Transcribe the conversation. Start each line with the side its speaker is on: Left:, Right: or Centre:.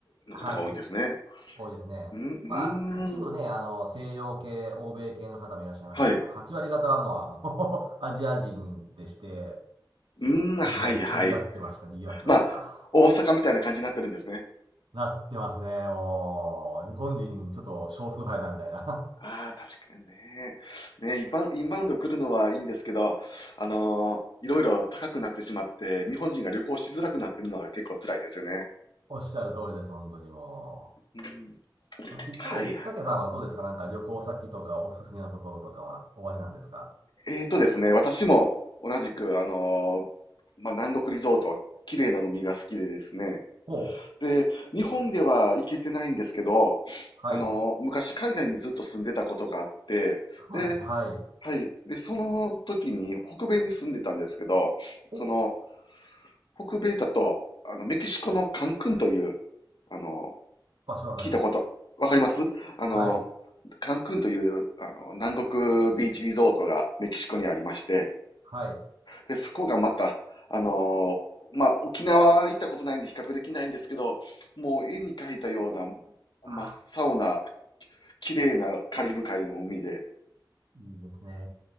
Left: の方が多いんですね。
Right: はい。多いですね。
Left: うん、うーん。
Right: まあ、一部ね、あの、西洋系、欧米系の方もいらっしゃいましたけど、
Left: はい。う
Right: 8割方はもう、あの <laughs> アジア人でして、
Left: ーん、はい、
Right: にぎわ、
Left: はい。
Right: にぎわってました、にぎわってました。
Left: まあ、大阪みたいな感じになってるんですね。
Right: なってますね、もう。日本人、ちょっと少数派やな、みたいな。
Left: ああ、確かにね。ね、インバウインバウンド来るのはいいんですけど、あのーいろいろ高くなってしまって、日本人が旅行しづらくなってるのが結構辛いですよね。
Right: <laughs> おっしゃる通りです、本当にも
Left: うん、
Right: う。あの一方で、
Left: はい。
Right: 竹さんはどうですかなんか旅行先とかおすすめのところとかは終わりなんですか
Left: えーとですね、私も同じく、あのーまあ、南国リゾート、綺麗な海が好きでですね、
Right: お、
Left: で、日本では行けてないんですけど、
Right: はい。
Left: あの、昔海外にずっと住んでたことがあって、
Right: そうなんですね、
Left: で、
Right: はい。
Left: はい。で、その時に北米に住んでたんですけど、
Right: お、
Left: その、北米だと、あの、メキシコのカンクンという、あの、
Right: 場所わかります。
Left: 聞いたこと、わかりますあの、
Right: はい、
Left: カンクンという、あの、南国ビーチリゾートがメキシコにありまして、
Right: はい。
Left: で、そこがまた、あのーまあ、沖縄行ったことないんで比較できないんですけど、もう絵に描いたような真っ青な
Right: あ
Left: 綺麗なカリブ海の海で、
Right: ー、いいですね。